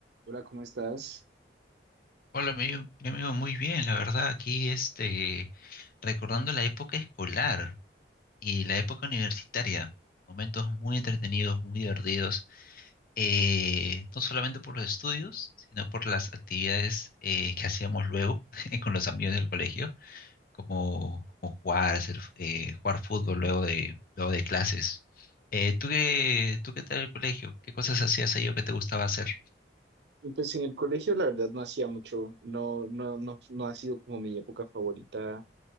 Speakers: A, on the right; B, on the left.
A: Hola, ¿cómo estás?
B: Hola, mi amigo, mi amigo, muy bien, la verdad, aquí este, recordando la época escolar y la época universitaria, momentos muy entretenidos, muy divertidos, eh, no solamente por los estudios, sino por las actividades eh, que hacíamos luego <laughs> con los amigos del colegio, como, como jugar, hacer, eh, jugar fútbol luego de, luego de clases. Eh, ¿tú qué, tú qué tal el colegio? ¿Qué cosas hacías ahí o qué te gustaba hacer?
A: Pues en el colegio la verdad no hacía mucho, no, no, no, no ha sido como mi época favorita